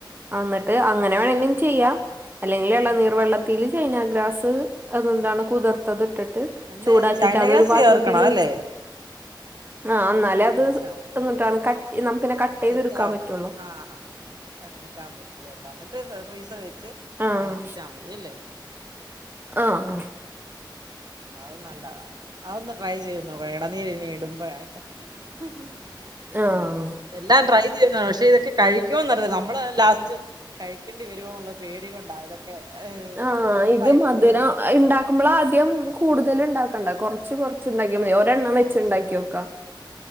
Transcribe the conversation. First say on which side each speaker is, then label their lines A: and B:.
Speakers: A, on the right; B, on the right.
A: എന്നിട്ട് അങ്ങനെ വേണെലും ചെയ്യാം അല്ലെങ്കിൽ ഇളനീർ
B: ഉം
A: വെള്ളത്തിൽ ചൈനഗ്രാസ് അതൊണ്ടാണ്
B: ശരി
A: കുതിർത്തത് ഇട്ടിട്ട്
B: എന്താ
A: ചൂടാക്കിട്ട്
B: ചൈന
A: അതൊരു
B: ഗ്രാസ്
A: പാത്രത്തിൽ
B: ചേർക്കണം
A: ഒഴിച്ചു
B: അല്ലേ
A: ആ എന്നാലേ അത്
B: ഒഴിച്ചാ മതി
A: എന്നിട്ടാണ്
B: അല്ലേ
A: ക നമുക്ക്ന്നെ കട്ട് ചെയ്തെടുക്കാൻ
B: സെറ്റ് ആവുള്ളൂ
A: പറ്റുള്ളോ
B: ആ എടുക്കാൻ പറ്റുള്ളൂ എന്നിട്ട് ഫ്രീസർ വെച്ച്
A: ആഹ്
B: തണുപ്പിച്ചാൽ മതില്ലേ
A: ആഹ്
B: അത് നല്ലതാ അതൊന്ന് ട്രൈ ചെയ്യുന്നു അ ഇളനീര ഇനി ഇടുമ്പോട്ട ഉം
A: ആഹ്
B: ഹ എല്ലാം ട്രൈ പക്ഷെ ഇതൊക്കെ കഴിക്കോ എന്നറിയില്ല നമ്മള്തന്നെ ലാസ്റ്റ് കഴിക്കേണ്ടി വരുമോ എന്നുള്ള പേടിക കൊണ്ടാണ് ഇതൊക്കെ
A: ആഹ
B: ഫ്ലോപ്പ്
A: ഇത്
B: ആയി
A: മധുരം
B: പോവോന്ന് പേടിച്ച്
A: ഉണ്ടാക്കുമ്പോൾ ആദ്യം കൂടുതല ഉണ്ടാക്കണ്ട കുറച്ച് കുറച്ചുണ്ടാക്കി മതി ഒരെണ്ണം
B: കൊറ
A: വെച്ച് ഇണ്ടാക്കിയോക്കാ